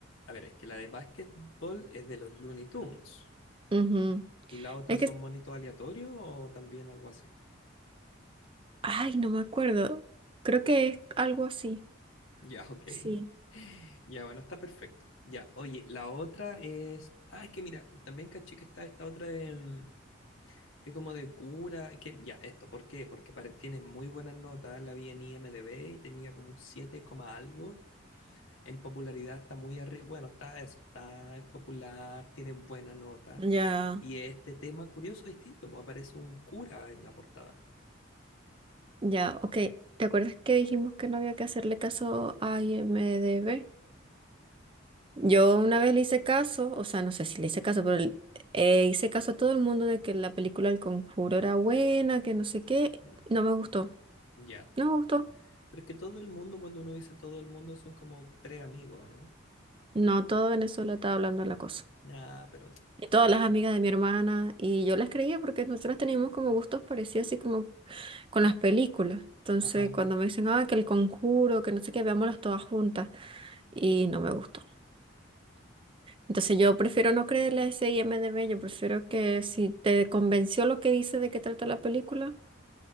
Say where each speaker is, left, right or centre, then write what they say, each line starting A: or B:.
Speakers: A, on the left; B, on the right.
A: a ver, es que la de básquetbol es de los Looney Tunes
B: Ujú.
A: y la otra
B: Es
A: son
B: que,
A: monitos aleatorios o también algo así.
B: ay, no me acuerdo. Creo que es algo así.
A: Ya, ok. <laughs>
B: Sí.
A: Ya, bueno, está perfecto. Ya, oye, la otra es... Ah, es que mira, también caché que está esta otra de... mm, que es como de cura, que ya, esto, ¿por qué? Porque pare- tiene muy buenas notas, la vi en IMDb y tenía como un 7 coma algo En popularidad está muy arriba, bueno, está eso, está, es popular, tiene buena nota.
B: Ya,
A: Y este tema curioso, distinto, pues aparece un cura en la portada.
B: ya, ok. ¿Te acuerdas que dijimos que no había que hacerle caso a IMDb? Yo una vez le hice caso, o sea, no sé si le hice caso, pero le- eh, hice caso a todo el mundo de que la película El Conjuro era buena, que no sé qué.
A: Mm,
B: No me gustó,
A: Ya.
B: no me gustó.
A: Pero es que todo el mundo, cuando uno dice todo el mundo, son como tres amigos, ¿no?
B: No todo Venezuela estaba hablando de la cosa.
A: Nada, pero...
B: Y todas
A: Ah,
B: las amigas de mi hermana, y yo las creía porque nosotros teníamos como gustos parecidos, así como con las películas. Entonces,
A: ajá.
B: cuando me dicen, ah, que El Conjuro, que no sé qué, veámoslas todas juntas, y no me gustó. Entonces yo prefiero no creerle a ese I M IMDb, yo prefiero que si te convenció lo que dice de qué trata la película,